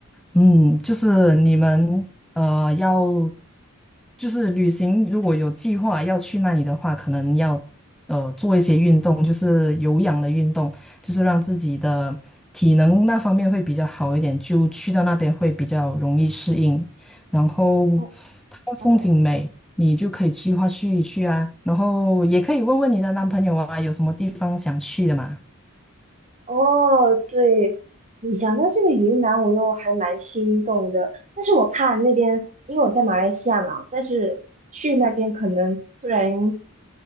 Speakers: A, in the centre; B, on the right.
A: 嗯，就是你们。呃，要就是旅行，如果有计划要去那里的话，可能要呃做一些运动，就是有氧的运动，就是让自己的体能那方面会比较好一点，就去到那边会比较容易适应。然后
B: 哦
A: 它的风景美，
B: 哦
A: 你就可以计划去一去啊。然后也可以问问你的男朋友啊，有什么地方想去的嘛？
B: 哦，对，你讲到这个云南，我又还蛮心动的，但是我怕那边，因为我在马来西亚嘛，但是去那边可能突然